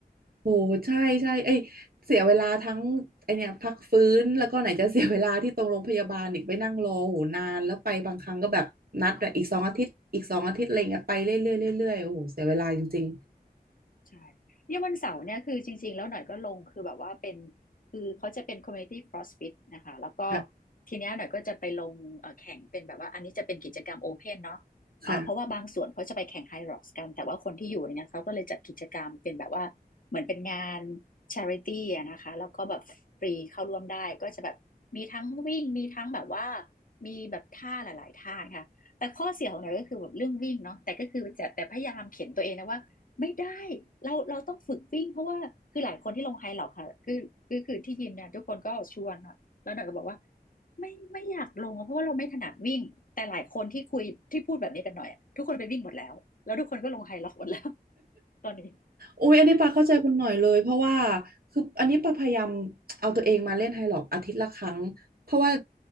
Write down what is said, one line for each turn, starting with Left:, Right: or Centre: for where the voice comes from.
Right: โอ้ใช่ใช่ไอยเสียเวลาทั้งไอเนี่ยพักฟื้นแล้วก็ไหนจะ <laughs> เสียเวลาที่ตรงโรงพยาบาลอีกไปนั่งรอโหนานแล้วไปบางครั้งก็แบบนัดแบบอีกสองอาทิตย์อีกสองอาทิตย์อะไรเงี้ยไปเรื่อยๆเรื่อยๆโอ้โหเสียเวลาจริง
Left: ใช่เนี่ยวันเสาร์เนี่ยคือจริงๆแล้วหน่อยก็ลงคือแบบว่าเป็นคือเขาจะเป็น community CrossFit นะคะแล้วก็
Right: ๆค่ะ
Left: ทีเนี้ยหน่อยก็จะไปลงเอ่อแข่งเป็นแบบว่าอันนี้จะเป็นกิจกรรมโอเพนเนาะเอ่อเพราะว่าบางส่วนเขาจะไปแข่งไฮร็อกซ์กันแต่ว่าคนที่อยู่เนี่ยเขาก็เลยจัดกิจกรรมเป็นแบบว่าเหมือนเป็นงาน
Right: ค่ะ
Left: charity อะนะคะแล้วก็แบบฟรีเข้าร่วมได้ก็จะแบบมีทั้งวิ่งมีทั้งแบบว่ามีแบบท่าหลายๆท่าค่ะแต่ข้อเสียของหน่อยก็คือแบบเรื่องวิ่งเนาะแต่ก็คือจะแต่พยายามเข็นตัวเองนะว่า ไม่ได้เราเราต้องฝึกวิ่งเพราะว่าคือหลายคนที่ลงไฮเหลอกค่ะคือคือคือที่ยิมเนี่ยทุกคนก็ชวนอะแล้วหน่อยก็บอกว่าไม่ไม่อยากลงอะเพราะว่าเราไม่ถนัดวิ่งแต่หลายคนที่คุยที่พูดแบบนี้กับหน่อยอะทุกคนไปวิ่งหมดแล้วแล้วทุกคนก็ลงไฮเหลอกหมดแล้วตอนนี้
Right: อุ้ยอันนี้ปาเข้าใจคุณหน่อยเลยเพราะว่าคืออันนี้ปาพยายามเอาตัวเองมาเล่นไฮล็อกอาทิตย์ละครั้งเพราะว่า